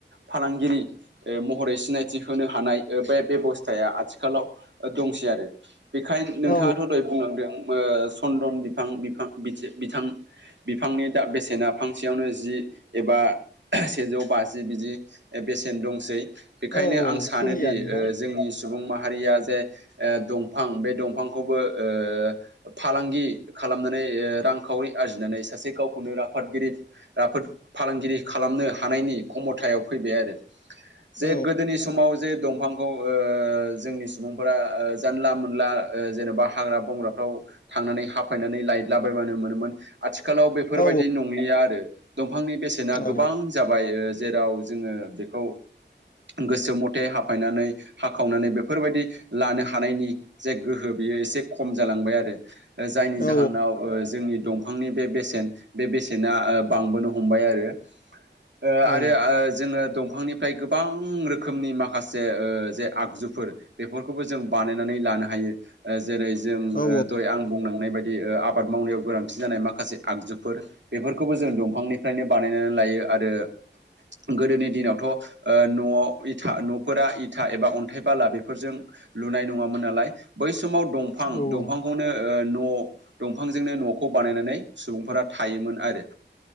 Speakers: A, on the right; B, on the left.
A: फालांगिरि ओ महरै सिनायथि होनो हानाय ओ बे बेबस्थाया आथिखालाव दंसै आरो। बेखाय नोंथाङाथ'
B: औ
A: दहाय बुंनांदों ओ चन्दन बिफां बिफां बिथि बिथां बिफांनि दा बेसेना फांसेयावनो जि एबा सेजौ बाजि जि बिदि ए बेसेन दंसै बेनिखायनो
B: औ
A: आं सानोदि
B: फुलिया नोंथां
A: ओ जोंनि सुबुंमाहारिया जे ए दंफां बे दंफांखौबो ओ फालांगि खालामनानै ओ रांखावरि आरजिनानै सासे गावखौनो राफादगिरि राफोद फालांगिरि खालामनो हानायनि खमथायाव फैबाय आरो जे
B: औ
A: गोदोनि समाव जे दं फांखौ ओ जोंनि सुबुंफोरा ओ जानला मोनला ओ जेनेबा हाग्रा बंग्राफ्राव थांनानै हाफायनानै लाइटला बायबानो मोनोमोन। आथिखालाव बेफोरबायदि
B: औ
A: नंलिया आरो दंफांनि बेसेना
B: औ
A: गोबां जाबाय ओ जेराव जोङो बेखौ गोसो मथे हाफायनानै हाखावनानै बेफोरबायदि लानो हानायनि जे गोहो बियो एसे खम जालांबाय आरो ओजायनि
B: औ
A: जाहोनाव ओ जोंनि दंफांनि बे बेसेन बे बेसेना ओ बांबोनो हमबाय आरो ओ आ
B: औ
A: जोङो दंफांनिफ्राय गोबां रोखोमनि माखासे ओ जे आगजुफोर बेफोरखौबो जों बानायनानै लानो हायो ओ जेरै जों ओ
B: औ
A: दय आं बुंलांनाय बाय दि ओ आबाद मावनायाव गोनांथि जानाय माखासे आगजुफोर बेफोरखौबो जों दंफांनिफ्रायनो बानायनानै लायो आरो गोदोनि दिनावथ' ओ न' इथा न'फोरा इथा एबा अन्थाइ बाला बेफोरजों लुनाय नङामोन नालाय बै समाव दंफां
B: औ
A: दंफांखौ
B: औ
A: नो ओ न' दंफांजोंनो न'खौ बानायनानै सुबुंफोरा थायोमोन आरो।